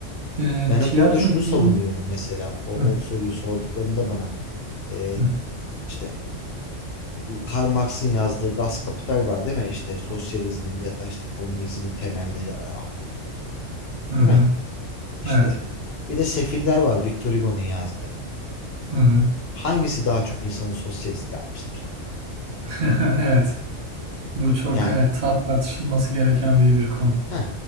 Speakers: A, on the right (about 45°); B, on the left (about 55°).
A: e,
B: Ben
A: tiyatro
B: hep orada şunu
A: dediğim
B: savunuyorum mesela. O,
A: Hı,
B: o soruyu sorduklarında bana e,
A: hı,
B: işte Karl Marx'ın yazdığı Das Kapital var değil mi? İşte sosyalizmin ya da işte komünizmin temelleri ana atar.
A: hı hı.
B: Değil mi? İşte
A: Evet.
B: bir de Sefiller var Victor Hugo'nun yazdığı.
A: Hı-hı.
B: Hangisi daha çok insanı sosyalist yapmıştır?
A: <laughs> Evet. Bu çok
B: Yani
A: evet, ta- tartışılması gereken bir bir konu.
B: Heh.